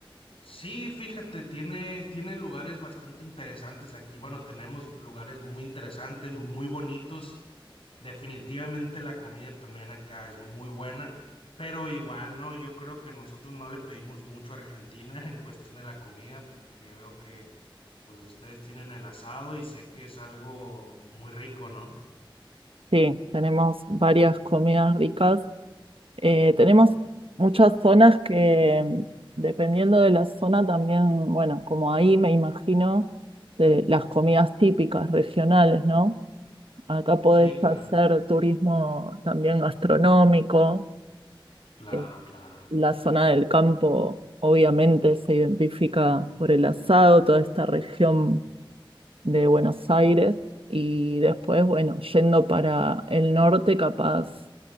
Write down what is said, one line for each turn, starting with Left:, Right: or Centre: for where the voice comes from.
Left: Sí, fíjate, tiene, tiene lugares bastante interesantes aquí. Bueno, tenemos lugares muy interesantes, muy bonitos. Definitivamente la comida también acá es muy buena, pero igual, ¿no? Yo creo que nosotros no le pedimos mucho a Argentina <laughs> en cuestión de la comida, porque veo que pues ustedes tienen el asado y sé que es algo muy rico, ¿no?
Right: Sí, tenemos varias comidas ricas. Eh, tenemos muchas zonas que, mm, dependiendo de la zona, también, bueno, como ahí me imagino, de las comidas típicas regionales, ¿no? Acá podés
Left: Sí, claro,
Right: hacer turismo también gastronómico.
Left: claro,
Right: Eh,
Left: claro.
Right: la zona del campo, obviamente, se identifica por el asado, toda esta región de Buenos Aires y después, bueno, yendo para el norte, capaz